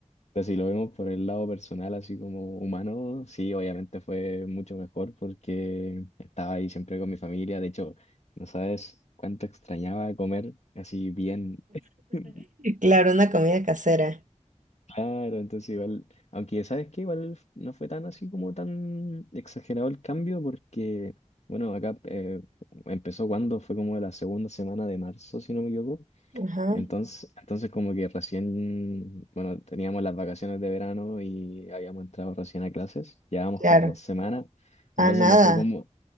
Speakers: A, on the left; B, on the right.
A: pero si lo vemos por el lado personal, así como humano, sí, obviamente fue mucho mejor porque estaba ahí siempre con mi familia, de hecho, no sabes cuánto extrañaba comer así bien. <laughs>
B: Claro, una comida casera.
A: Claro, entonces igual, aunque sabes que igual no fue tan así como tan exagerado el cambio porque, bueno, acá eh, empezó cuando fue como la segunda semana de marzo, si no me equivoco.
B: Ajá,
A: Entonces, entonces como que recién, bueno, teníamos las vacaciones de verano y habíamos entrado recién a clases, llevábamos
B: claro.
A: como dos semanas, entonces
B: Ah, nada.
A: no fue como,